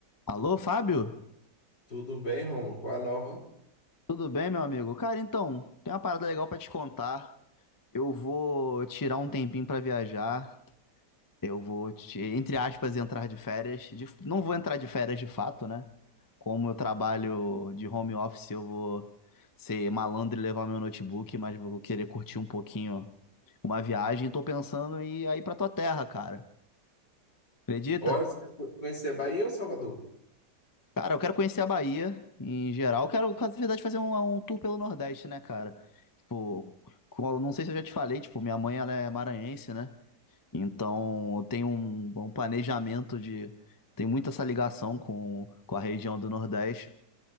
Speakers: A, on the left (about 25°); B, on the left (about 85°).
A: Alô, Fábio?
B: Tudo bem, Romulo? Qual a nova?
A: Tudo bem, meu amigo? Cara, então, tem uma parada legal pra te contar. Eu vou tirar um tempinho pra viajar. Eu vou, te- entre aspas, entrar de férias. De- não vou entrar de férias de fato, né? Como eu trabalho de home office, eu vou ser malandro e levar meu notebook, mas vou querer curtir um pouquinho uma viagem. Tô pensando em ir aí pra tua terra, cara. Acredita?
B: Olha, você vai conhecer Bahia ou Salvador?
A: Cara, eu quero conhecer a Bahia em geral. Eu quero, na verdade, fazer um, um tour pelo Nordeste, né, cara? Tipo, com- não sei se eu já te falei, tipo, minha mãe ela é maranhense, né? Então eu tenho um, um planejamento de. Tem muito essa ligação com, com a região do Nordeste.